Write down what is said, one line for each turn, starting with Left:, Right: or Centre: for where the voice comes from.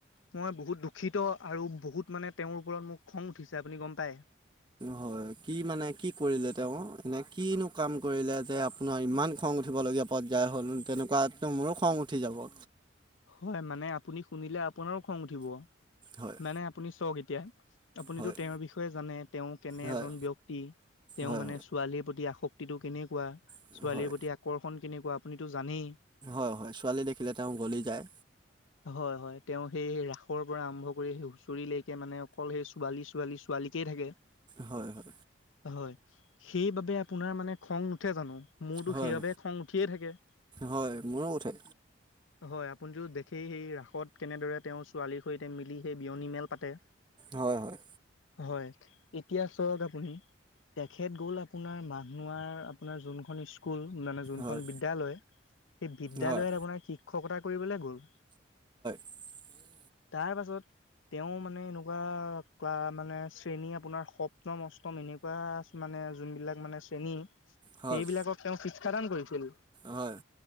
Left: মই বহুত দুখিত আৰু বহুত মানে তেওঁৰ ওপৰত মোৰ খং উঠিছে আপুনি গম পায়
Right: হয় কি মানে কি কৰিলে তেওঁ এনে কিনো কাম কৰিলে যে আপোনাৰ ইমান খং উঠিবলগীয়া পৰ্যায় হ'ল তেনেকুৱাতো মোৰো খং উঠি যাব
Left: হয় মানে আপুনি শুনিলে আপোনাৰো খং উঠিব
Right: হয়
Left: মানে আপুনি চাওক এতিয়া আপুনিতো
Right: হয়
Left: তেওঁৰ বিষয়ে জানে তেওঁ কেনে
Right: হয়
Left: এজন ব্যক্তি তেওঁ
Right: হয়
Left: মানে ছোৱালীৰ প্ৰতি আসক্তিটো কেনেকুৱা
Right: হয়
Left: ছোৱালীৰ
Right: হয়
Left: প্ৰতি আকৰ্ষণ কেনেকুৱা আপুনিতো জানেই
Right: অ' হয় ছোৱালী দেখিলে তেওঁ গলি যায়
Left: হয়-হয় তেওঁ সেই ৰাসৰ পৰা আৰম্ভ কৰি সেই হুঁচৰিলৈকে মানে অকল সেই ছোৱালী-ছোৱালী-ছো ছোৱালীকেই থাকে
Right: হয় হয়
Left: হয়, সেইবাবে আপোনাৰ মানে খং নোঠে জানো মোৰতো
Right: হয়
Left: সেইবাবে খং উঠিয়ে থাকে
Right: হয় মোৰো উঠৈ
Left: হয় আপোনিতো দেখেই সেই ৰাসত কেনেদৰে তেওঁৰ ছোৱালীৰ সৈতে মিলি সেই বিয়নী মেল পাতে
Right: হয় হয়।
Left: হয় এতিয়া চাওক আপুনি তেখেত গ'ল আপোনাৰ মাঘনোৱাৰ আপোনাৰ যোনখন স্কুল মানে যোনখন
Right: হয়
Left: বিদ্যালয় সি বিদ্যালয়ত
Right: হয়
Left: আপোনাৰ শিক্ষকতা কৰিবলে গ'ল।
Right: <unintelligible>
Left: তাৰপাছত তেওঁ মানে এনেকুৱা ক্লা মানে শ্ৰেণী আপোনাৰ সপ্তম, অষ্টম এনেকুৱা মানে যোনবিলাক মানে শ্ৰেণী, সেইবিলাকক
Right: হয়
Left: তেওঁ শিক্ষা দান কৰিছিল।
Right: হয়